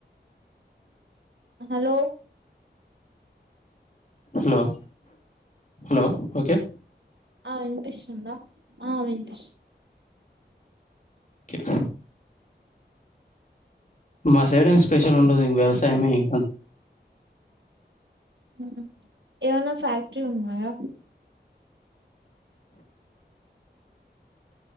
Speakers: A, on the right; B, on the left.
A: hello
B: hello hello okay
A: ఆ వినిపిస్తుందా ఆ వినిపిస్
B: కెనా మా సైడ్ ఏం స్పెషల్ ఉండదు ఇంగ వ్యవసాయమే ఇంక
A: ఉమ్ ఏమన్నా ఫ్యాక్టరీ ఉన్నాయా?